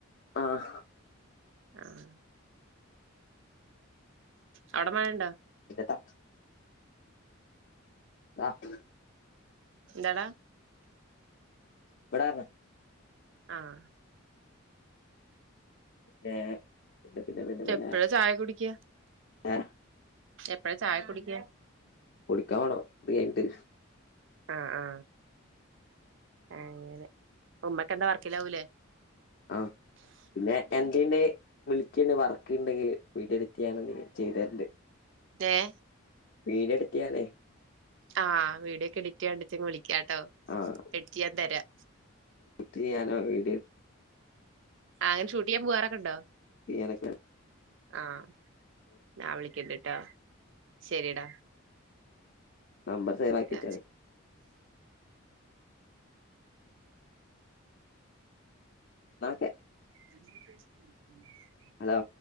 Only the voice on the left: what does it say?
ആഹ
പിട്ട ആഹ്
പടാറന
പിന്നെ പിന്നെ പിന്നെ പിന്നെ പിന്നെ
ആഹ
കുടിക്കാ വേണോ ഇത് കഴിഞ്ഞിട്ട്
ആഹ് പിന്നെ എൻ - വീ <unintelligible> ന്റെ വിളിക്കണ്ട് വർക്ക് ഉണ്ടെങ്കില് വീഡിയോ എഡിറ്റ്‌ ചെയ്യാൻ ഉണ്ടെങ്കിൽ ചെയ്തരണ്ട്
വീഡിയോ എടുക്കെയാനേ
ആഹ്
ത്തിയാനോ വീട്
എനക്ക്
നമ്പർ സെവ് ആക്കി വച്ചോളി
എന്നാ ഓക്കേ
ഹലോ